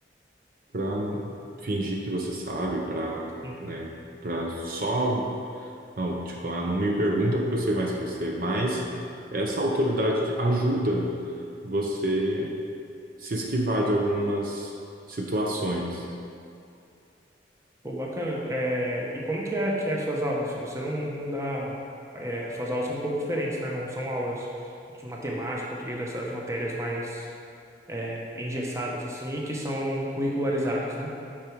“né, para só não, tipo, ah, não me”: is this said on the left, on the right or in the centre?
Right